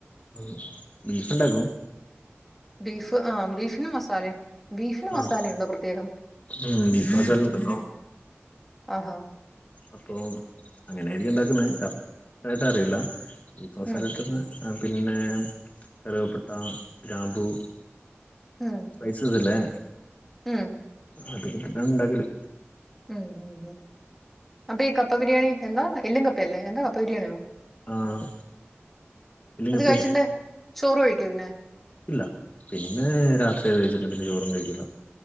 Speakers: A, on the left; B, in the centre.
A: <inaudible> ഉണ്ടാക്കും
B: ബീഫ് ആ ബീഫിനും മസാല ബീഫിനും മസാലയുണ്ടോ
A: ആഹ്
B: പ്രത്യേകം
A: ഉം ബീഫ് മസാല ഉണ്ടല്ലോ
B: ആഹാ
A: അപ്പൊ അങ്ങനായിരിക്കും ഉണ്ടാക്കുന്ന കറക്റ്റായിട്ടറിയില്ല ഇപ്പോ
B: ഉം
A: സ്ഥലത്തുന്ന് പിന്നെ കറിവപ്പട്ട ഗ്രാമ്പു
B: ഉം
A: പൈസസല്ലേ
B: ഉം
A: അത് ഉണ്ടാക്കല്
B: ഉം ഉ ഉം അപ്പൊ ഈ കപ്പ ബിരിയാണി എന്താ എല്ലഉം കപ്പയല്ലേ എന്താ കപ്പ ബിരിയാണിയോ
A: ആഹ് ഇല്ലെങ്കി
B: അത് കഴിച്ചിണ്ടേ
A: പി
B: ചോറ് ഒഴിക്ക വിനെ
A: ഇല്ല പിന്നെ രാത്രി ഏത്ച്ചിട്ട പിന്നെ ചോറും കഴിക്കില്ല